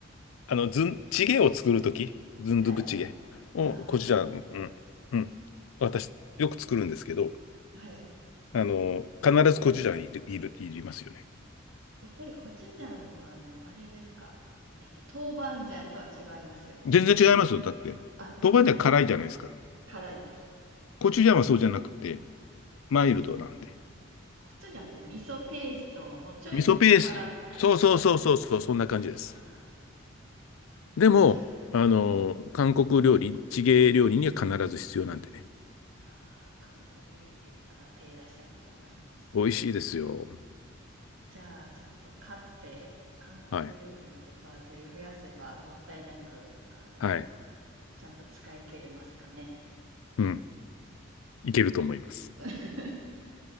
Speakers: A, on the left; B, on the right.
A: あの、ずん、チゲを作るとき、
B: <laughs>
A: ズンドゥブチゲを、
B: はい。ああ、
A: コチュジャン、
B: 美味しそう。
A: うん、うん。私、よく作るんですけど、
B: はい。
A: あの、必ずコチュジャンいる、いる、いりますよね。
B: やっぱりコチュジャンはあの、あれですかえっと、豆板醤とは違いますよね。
A: 全然違いますよ。だって、
B: あ、
A: 豆板醤辛いじゃないですか。
B: 違うよ。辛いです。
A: コチュジャンはそうじゃなくて、マイルドなんで。
B: コチュジャンって味噌ペーストのちょいピリ辛みたいですか
A: 味噌ペースト。そうそうそうそうそう、そんな感じです。
B: ああ
A: でも、
B: ー、じゃあ、
A: あの、
B: はい。
A: 韓国料理、地芸料理には必ず必要なんでね。
B: ああ、韓国料理、まだ手出したことないんです。
A: 美味しいですよ。
B: じゃあ、ちょっと買って、韓国料理のレパートリー増やせば、
A: はい。
B: もったいなく、あの、
A: はい。
B: な、ちゃんと使い切れますかね。
A: うん。いけると思います。
B: や <laughs>、